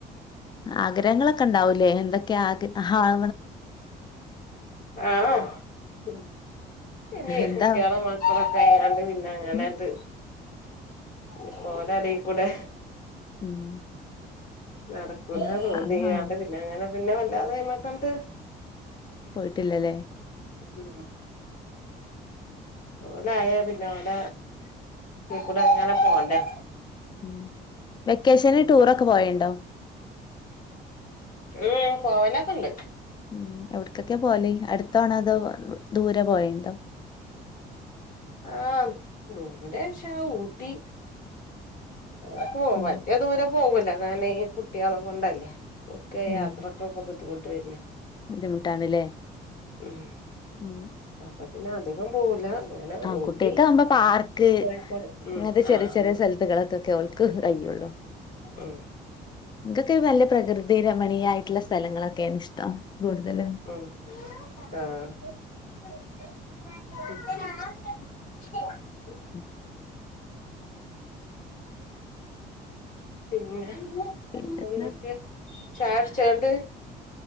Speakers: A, on the left (about 25°); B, on the left (about 55°).
A: ആഗ്രഹങ്ങളൊക്കെ ഉണ്ടാവൂലേ. എന്തൊക്കെയ ആവ
B: ആഹ. ഉ പിന്നെ
A: എന്താ
B: കുട്ടികള മക്കളൊക്കെ ആയണ്ട് പിന്നെ അങ്ങനൊട്ട്.
A: ഉം
B: ഇ പോലടി കൂടെ
A: ഉം
B: നടക്കൂല
A: ഉം
B: തോന്നിയാണ്ട്
A: ആഹ്
B: പിന്നെ അങ്ങനെ പിന്നെ വല്ലാതെമിക്കണ്ട്
A: പോയിട്ടില്ലല്ലേ
B: ഉം ഓലയാ പിന്നെ ഓല കൂടെ ഇങ്ങനെ പോവണ്ടേ
A: ഉ വെക്കേഷന് ടൂറൊക്കെ പോയണ്ടോ
B: ഉം പോവാനൊക്കെ ഉണ്ട്
A: ഉം എവിടക്കൊക്കെ പോവല് അടുത്താണോ അതോ ദൂരെ പോയണ്ടോ
B: ആ ദൂരെ വച്ചാ ഊട്ടി അ പോ
A: ഉം
B: വലിയ ദൂരം പോകല കാരണം ഈ കുട്ടികളെ കൊണ്ടല്ലേ ഒക്കെ
A: ഉം
B: യാത്രക്കൊക്കെ ബുദ്ധിമുട്ട് വരില്ലേ
A: ബുദ്ധിമുട്ടാണ്ല്ലേ
B: ഉം
A: ഉം
B: അപ്പൊ പിന്നെ അധികം പോവൂല അങ്ങനെ
A: ആ
B: ഊട്ടി
A: കുട്ടികൾക്കാകുമ്പോ പാർക്ക്
B: കോഴിക്കോട് ഉം
A: അങ്ങനത്തെ ചെറിയ
B: ആഹ് അങ്ങനെ
A: ചെറിയ സ്ഥലത്തുകളൊക്കെ ഒക്കെ അവർക്ക് കഴിയും
B: ഉം
A: ഇതൊക്കെ നല്ല പ്രകൃതി രമണീയായിട്ടുള്ള സ്ഥ സ്ഥലങ്ങളൊക്കെയാണ് ഇഷ്ടം കൂടുതല്
B: ഉം ആഹ് <unintelligible>
A: ഉം
B: പിന്നെ
A: പിന്നെ എന്താ
B: എന്തൊക്കെ ചായ കുടിച്ചോണ്ട്